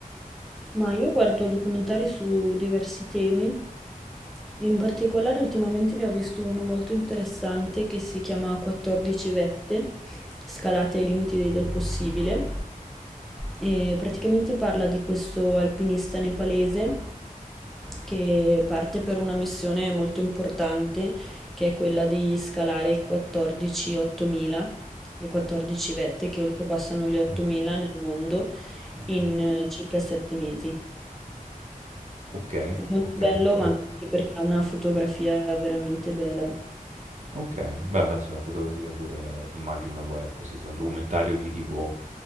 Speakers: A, in the centre; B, on the right.
A: Ma io guardo documentari su diversi temi, in particolare ultimamente ne ho visto uno molto interessante che si chiama 14 vette, scalate ai limiti del possibile, e praticamente parla di questo alpinista nepalese che parte per una missione molto importante che è quella di scalare i 14 8000, le 14 vette che oltrepassano gli 8000
B: Oh,
A: nel mondo
B: ok.
A: in eh, circa 7 mesi.
B: Ok,
A: È molto
B: ok,
A: bello,
B: qua-
A: ma anche perché ha una fotografia veramente bella.
B: ok, beh, allora sì, la fotografia pure immagino poi, ecco, sì, se è un documentario di tipo